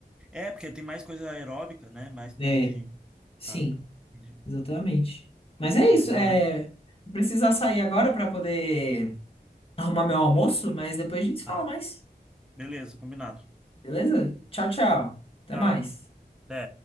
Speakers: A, in the centre; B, on the left.
A: É, porque tem mais coisa aeróbica, né? Mais coisa
B: É,
A: de.
B: sim,
A: Tá. Entendi.
B: exatamente. Mas é
A: É,
B: isso,
A: falando
B: é,
A: de.
B: vou precisar sair agora para poder arrumar meu almoço, mas depois a gente se
A: Tá.
B: fala mais,
A: Beleza, combinado.
B: beleza? Tchau, tchau. Até
A: Tchau.
B: mais.
A: Até.